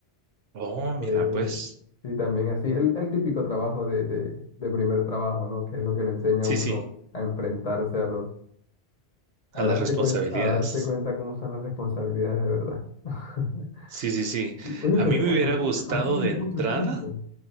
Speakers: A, on the right (about 65°); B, on the left (about 40°).
A: Oh,
B: que
A: mira,
B: Fue,
A: pues,
B: sí, también así, el, el típico trabajo de, de, de primer trabajo, ¿no? Que es lo que le enseña
A: sí,
B: a uno
A: sí,
B: a enfrentarse a los,
A: a
B: a
A: las
B: darse
A: responsabilidades.
B: cuenta, a darse cuenta cómo son las responsabilidades de verdad. <laughs>
A: Sí, sí, sí.
B: Oye,
A: A
B: pero
A: mí
B: 14,
A: me hubiera gustado
B: 14 años
A: de
B: es
A: entrada.
B: mucho tiempo.